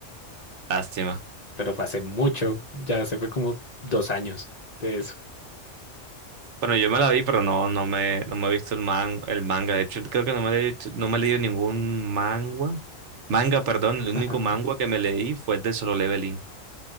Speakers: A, on the right (about 70°); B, on the left (about 40°).
A: Lástima.
B: pero fue hace mucho, ya se fue como dos años de eso.
A: Bueno, yo me la vi, pero no, no me, no me he visto el man, el manga. De hecho, creo que no me he leí, no me he leído ningún manga. Manga, perdón, el único
B: Ajá.
A: manga que me leí fue el de Solo Leveling.